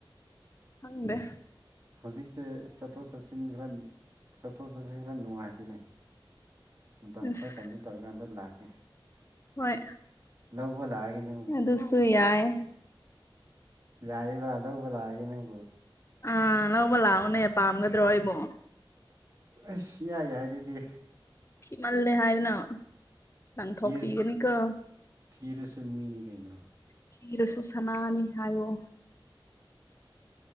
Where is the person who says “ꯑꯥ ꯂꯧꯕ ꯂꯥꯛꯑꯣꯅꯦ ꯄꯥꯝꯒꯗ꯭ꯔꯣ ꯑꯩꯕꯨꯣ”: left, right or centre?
Left